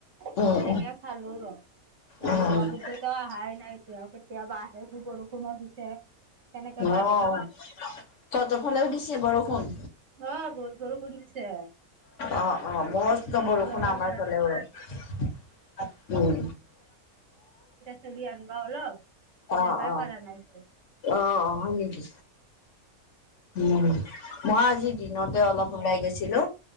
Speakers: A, on the right; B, on the left.
A: সনেকে
B: উম,
A: খালো ৰ আমাৰ
B: উম,
A: বাবু দেউতা অহাই নাই তেওঁ কেতিয়াবা আহে যি বৰষুণো দিছে কেনেকে বা
B: অ
A: আহিব
B: ততৰফালেও দিছে বৰষুণ
A: অ বহুত বৰষুণ দিছে
B: অ অ মস্ত বৰষুণ
A: ওলাবই
B: আমাৰ
A: পৰা
B: ফালে
A: নাই।
B: ৰ উম
A: চেনী আন বা অলপ
B: অ
A: যাবাই
B: অ
A: পাৰা নাইচোন
B: অ অ হয় নেকি উম মই আজি দিনতে অলপ ওলাই গৈছিলো